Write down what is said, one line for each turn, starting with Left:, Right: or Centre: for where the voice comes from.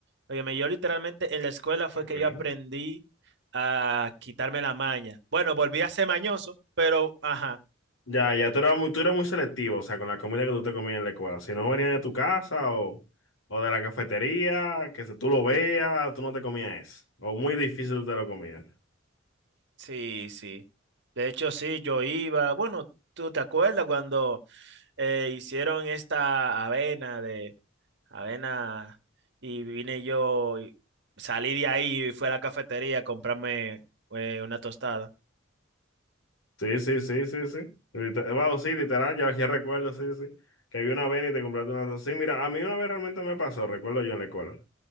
Right: Óyeme, yo literalmente en la escuela fue
Left: Ok.
Right: que yo aprendí a quitarme la maña. Bueno, volví a ser mañoso, pero ajá,
Left: Ya, ya tú eras muy, tú eras muy selectivo, o sea, con la comida que tú te comías en la escuela. Si no venía de tu casa o, o de la cafetería, que si tú lo veas, tú no te comías eso. O muy difícil tú te lo comías.
Right: sí, sí. De hecho, sí, yo iba. Bueno, ¿tú te acuerdas cuando eh, hicieron esta avena de avena y vine yo, y salí de ahí y fui a la cafetería a comprarme eh, una tostada?
Left: Sí, sí, sí, sí, sí. Liter- Wow, sí, literal, ya, ya recuerdo, sí, sí. Que había una vez y te compraste una. Sí, mira, a mí una vez realmente me pasó, recuerdo yo en la escuela,